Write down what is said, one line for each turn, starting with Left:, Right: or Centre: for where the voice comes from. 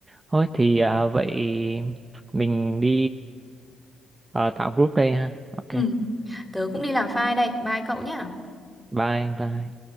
Right: Thôi thì à, vậy mình đi ờ, tạo group đây ha. Ok,
Centre: Ừ, tớ cũng đi làm file đây. Bye cậu nhá.
Right: bye, bye.